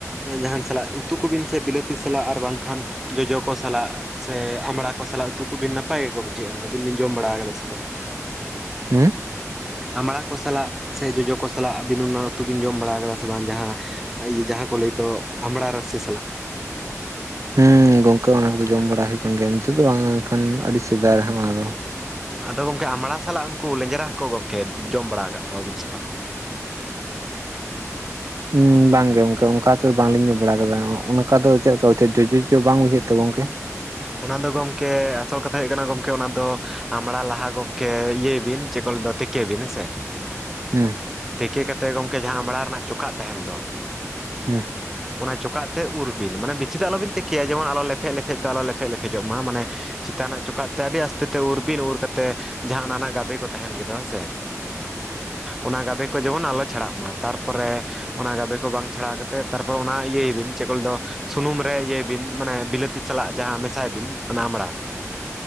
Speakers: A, in the centre; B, on the right.
A: ᱡᱟᱦᱟᱸᱱ ᱥᱟᱞᱟᱜ ᱩᱛᱩ ᱠᱚᱵᱤᱱ ᱥᱮ ᱵᱤᱞᱟᱹᱛᱤ ᱥᱟᱞᱟᱜ ᱟᱨ ᱵᱟᱝᱠᱷᱟᱱ ᱡᱚᱡᱚ ᱠᱚ ᱥᱟᱞᱟᱜ ᱥᱮ ᱟᱢᱲᱟ ᱠᱚ ᱥᱟᱞᱟᱜ ᱩᱛᱩ ᱠᱚᱵᱤᱱ ᱱᱟᱯᱟᱭ ᱜᱮᱠᱚ ᱵᱩᱡᱷᱟᱹᱜᱼᱟ᱾ ᱟᱹᱵᱤᱱ ᱵᱤᱱ ᱡᱚᱢ ᱵᱟᱲᱟ ᱠᱟᱫᱟ ᱥᱮ ᱵᱟᱝ?
B: ᱦᱮᱸ᱾
A: ᱟᱢᱲᱟ ᱠᱚ ᱥᱟᱞᱟᱜ ᱥᱮ ᱡᱚᱡᱚ ᱠᱚ ᱥᱟᱞᱟᱜ ᱟᱹᱵᱤᱱ ᱚᱱᱟ ᱩᱛᱩ ᱵᱤᱱ ᱡᱚᱢ ᱵᱟᱲᱟᱣ ᱠᱟᱫᱟ᱾ ᱥᱮ ᱵᱟᱝ? ᱡᱟᱦᱟᱸ ᱤᱭᱟᱹ, ᱡᱟᱦᱟᱸ ᱠᱚ ᱞᱟᱹᱭ ᱫᱚ ᱟᱢᱲᱟ ᱨᱟᱥᱮ ᱥᱟᱞᱟᱜ᱾
B: ᱦᱩᱸ ᱜᱚᱝᱠᱮ ᱚᱱᱟ ᱠᱚᱫᱚ ᱡᱚᱢ ᱵᱟᱲᱟ ᱦᱚᱭᱚᱜ ᱠᱟᱱ ᱜᱮᱭᱟ᱾ ᱱᱤᱛᱚᱜ ᱫᱚ ᱵᱟᱝ ᱢᱮᱱᱠᱷᱟᱱ ᱟᱹᱰᱤ ᱥᱮᱫᱟᱭ ᱨᱮ ᱦᱟᱸ ᱚᱱᱟ ᱫᱚ᱾
A: ᱟᱫᱚ ᱜᱚᱝᱠᱮ ᱟᱢᱲᱟ ᱥᱟᱞᱟᱜ ᱩᱱᱠᱩ ᱞᱮᱸᱡᱽᱨᱟ ᱦᱟᱠᱩ ᱜᱚᱝᱠᱮ ᱡᱚᱢ ᱵᱟᱲᱟ ᱟᱠᱟᱫ ᱠᱚᱣᱟᱵᱤᱱ ᱥᱮ ᱵᱟᱝ?
B: ᱩᱸᱢ ᱵᱟᱝ ᱜᱮ ᱜᱚᱝᱠᱮ ᱚᱱᱠᱟ ᱠᱟᱛᱮᱜ ᱫᱚ ᱵᱟᱝᱞᱤᱧ ᱧᱚᱢ ᱵᱟᱲᱟ ᱠᱟᱫᱟ ᱚᱱᱠᱟ ᱫᱚ ᱪᱮᱫ ᱫᱚ ᱡᱳ ᱡᱚᱡᱚ ᱡᱚᱡᱚ ᱵᱟᱝ ᱵᱩᱡᱷᱟᱹᱜ ᱟᱛᱚ ᱜᱚᱝᱠᱮ?
A: ᱚᱱᱟ ᱫᱚ ᱜᱚᱝᱠᱮ ᱟᱥᱚᱞ ᱠᱟᱛᱷᱟ ᱦᱩᱭᱩᱜ ᱠᱟᱱᱟ ᱜᱚᱝᱠᱮ ᱚᱱᱟ ᱫᱚ ᱟᱢᱲᱟ ᱞᱟᱦᱟ ᱜᱚᱝᱠᱮ ᱤᱭᱟᱹᱭ ᱵᱤᱱ ᱪᱮᱫ ᱠᱚ ᱞᱟ. ᱭ ᱫᱚ ᱛᱮᱠᱤ ᱵᱤᱱ ᱦᱮᱸᱥᱮ
B: ᱦᱩᱸ
A: ᱛᱮᱠᱟᱹ ᱠᱟᱛᱮᱫ ᱜᱚᱝᱠᱮ ᱡᱟᱦᱟᱸ ᱟᱢᱲᱟ ᱨᱮᱱᱟᱜ ᱪᱚᱠᱟᱜ ᱛᱟᱦᱮᱱ ᱫᱚ
B: ᱦᱮᱸ᱾
A: ᱚᱱᱟ ᱪᱚᱠᱟᱜ ᱛᱮ ᱩᱨ ᱵᱤᱱ ᱢᱟᱱᱮ ᱵᱮᱥᱤ ᱫᱚ ᱟᱞᱚᱵᱤᱱ ᱛᱤᱠᱤᱭᱟ ᱡᱮᱢᱚᱱ ᱟᱞᱚ ᱞᱮᱯᱷᱮᱫ ᱞᱮᱯᱷᱮᱫ ᱫᱚ ᱟᱞᱚ ᱞᱮᱯᱷᱮᱫ ᱞᱮᱯᱷᱮᱡᱚᱜ ᱢᱟ ᱢᱟᱱᱮ ᱪᱮᱛᱟᱱ ᱨᱮᱱᱟᱜ ᱪᱚᱠᱟᱜ ᱛᱮᱫ ᱟᱹᱰᱤ ᱟᱥᱛᱮ ᱛᱮ ᱩᱨ ᱵᱤᱱ ᱩᱨ ᱠᱟᱛᱮ ᱡᱟᱦᱟᱸ ᱚᱱᱟᱱᱟ ᱜᱟᱵᱮ ᱠᱚ ᱛᱟᱦᱮᱱ ᱜᱮᱫᱚ ᱦᱮᱸ ᱥᱮ ᱚᱱᱟ ᱜᱟᱵᱮ ᱠᱚ ᱡᱮᱢᱚᱱ ᱟᱞᱚ ᱪᱷᱟᱲᱟᱜ ᱢᱟ ᱛᱟᱨᱯᱚᱨᱮ ᱚᱱᱟ ᱜᱟᱵᱮ ᱠᱚ ᱵᱟᱝ ᱪᱷᱟᱲᱟᱣ ᱠᱟᱛᱮᱜ, ᱛᱟᱨᱯᱚᱨ ᱚᱱᱟ ᱤᱭᱟᱹᱭ ᱵᱤᱱ ᱪᱮᱫ ᱠᱚ ᱞᱟᱹᱭ ᱫᱚ ᱥᱩᱱᱩᱢ ᱨᱮ ᱤᱭᱟᱹᱭ ᱵᱤᱱ ᱢᱟᱱᱮ ᱵᱤᱞᱟᱹᱛᱤ ᱥᱟᱞᱟᱜ ᱡᱟᱦᱟᱸ ᱢᱮᱥᱟᱭ ᱵᱤᱱ ᱚᱱᱟ ᱟᱢᱲᱟ᱾